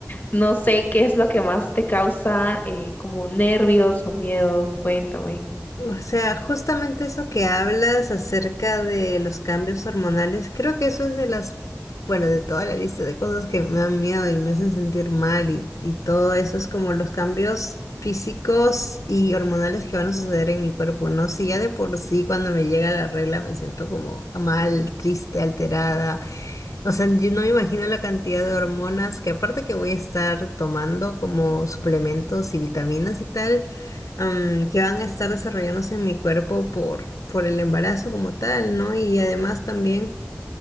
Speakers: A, on the left (about 35°); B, on the left (about 80°).
A: No sé qué es lo que más te causa eh, como nervios o miedo, cuéntame.
B: O sea, justamente eso que hablas acerca de los cambios hormonales, creo que eso es de las, bueno, de toda la lista de cosas que me dan miedo y me hacen sentir mal y, y todo eso es como los cambios físicos y hormonales que van a suceder en mi cuerpo, ¿no? Si ya de por sí cuando me llega la regla me siento como mal, triste, alterada. O sea, yo no me imagino la cantidad de hormonas que aparte que voy a estar tomando como suplementos y vitaminas y tal, am, que van a estar desarrollándose en mi cuerpo por, por el embarazo como tal, ¿no? Y además también...